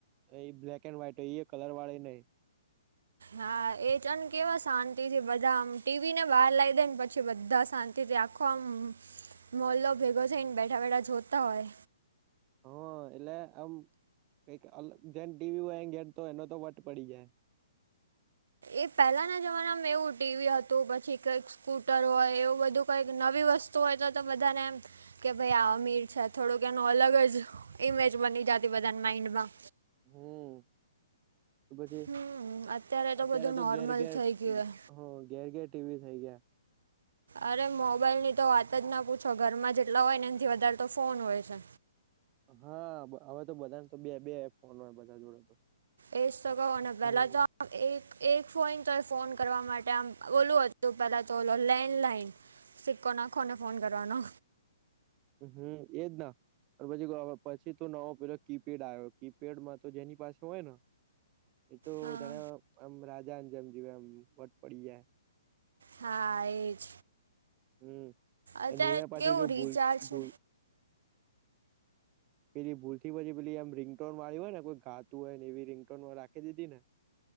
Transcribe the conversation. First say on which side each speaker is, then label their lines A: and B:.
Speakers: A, on the right; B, on the right.
A: એ બ્લેક એન્ડ વ્હાઈટ હોય ઈ એ કલર વાળી નહી.
B: હા એ છને કેવા શાંતિ થી બધા આમ ટીવી ને બહાર લાવી દે ને પછી બધા શાંતિ. તે આખો આમ મોલ્લો ભેગો થઈને બેઠા બેઠા જોતા હોય.
A: હ એટલે આમ કઈક અલગ જેને ટીવી હોય એને ઘેર તો એનો તો વટ પડી જાય.
B: એ પહેલાના જમાનામાં એવું ટીવી હતું પછી કઈક. સ્કૂટર હોય એવું બધું કઈક નવી વસ્તુ હોય તો તો બધાને એમ. કે ભાઈ આ અમીર છે થોડુંક એનું અલગ જ ઇમેજ બની જાતી બધાના માઈન્ડમાં.
A: હમ્મ તો પછી.
B: હમ
A: અત્યારે
B: બધું
A: તો
B: નોર્મલ
A: ઘેર ઘેર
B: થઈ ગયું
A: હ ઘેર ઘેર ટીવી થઇ ગયા.
B: અરે મોબાઈલની તો વાત જ ના પૂછો ઘરમાં જેટલા હોય ને એનથી વધારે તો ફોન હોય છે.
A: હા હવે તો બધા તો બે બે ફોન હોય બધા જોડે તો.
B: એજ તો કવ અને પેલા
A: હમ
B: તો. એક એક ફોઈન તો એ ફોન કરવા માટે આમ ઓલું હતું પેલા તો ઓલો લેન્ડલાઈન. સિકકો નાખો ને ફોન કરવાનો.
A: હમ એજ ના. પછી પછી તો નવો પેલો કીપેડ આયો કીપેડમાં તો જેની પાસે હોય ને. એ તો
B: હા
A: જાણે આમ રાજાની જેમ જીવે આમ વટ પડી જાય.
B: હા એજ
A: હમ
B: અત્યારે
A: અને એમાં પાછી
B: કેવું
A: જો ભૂલ
B: રિચાર્જ છે.
A: <unintelligible> પેલી ભૂલ થી પછી પેલી એમ રિંગટોન વાળી હોય ને કોઈ ગાતું હોય ને એવી રીંગટોનો રાખી દીધી ને.